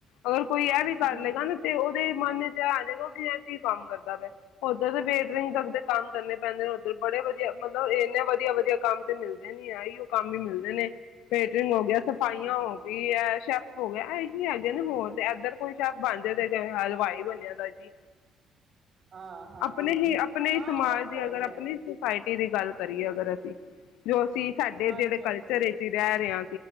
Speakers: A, on the left (about 70°); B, on the right (about 50°).
A: ਅਗਰ ਕੋਈ ਇਹ ਵੀ ਕਰ
B: ਹੂੰ
A: ਲਏਗਾ, ਨਾ ਤੇ ਉਹਦੇ ਮਨ ਚ ਆ ਜਾਏਗਾ ਕਿ ਇਹ ਕੀ ਕੰਮ ਕਰਦਾ ਮੈਂ ਉੱਧਰ ਦੇ ਵੇਟਿੰਗ ਤੱਕ ਦੇ ਕੰਮ ਕਰਨੇ ਪੈਂਦੇ ਨੇ ਉੱਧਰ ਬੜੇ ਵਧੀਆ ਮਤਲਬ ਇੰਨੇ ਵਧੀਆ-ਵਧੀਆ ਕੰਮ ਤੇ ਮਿਲਦੇ ਨੀ ਆਈ ਉਹ ਕੰਮ ਹੀ ਮਿਲਦੇ ਨੇ ਫੇ ਹੋ ਗਿਆ ਸਫਾਈਆਂ
B: ਹਾਂਜੀ
A: ਹੋ ਗਈ ਹੈ, ਸ਼ੈੱਫ ਹੋ ਗਿਆ ਇਹੀ ਹੈਗੇ ਨੇ ਹੋਰ ਤੇ ਏਧਰ ਕੋਈ ਸ਼ੈਫ ਬਣਦੇ ਤੇ ਹਲਵਾਈ ਬਣਿਆ ਦਾ ਜੀ।
B: ਹਾਂ ਹਾਂ
A: ਆਪਣੇ ਹੀ ਆਪਣੇ ਹੀ
B: ਹਾਂ
A: ਸਮਾਜ
B: ਉਹ ਤਾਂ
A: ਦੀ
B: ਹੈ
A: ਅਗਰ
B: ਹੀ ਹੈ
A: ਆਪਣੇ ਟੀ ਦੀ ਗੱਲ ਕਰੀਏ ਅਗਰ ਅਸੀਂ ਜੋ ਅਸੀਂ ਸਾਡੇ
B: ਹਾਂਜੀ
A: ਜਿਹੜੇ ਕਲਚਰ
B: ਹਾਂਜੀ
A: ਵਿੱਚ ਹੀ ਰਹਿ ਰਹੇ ਹਾਂ।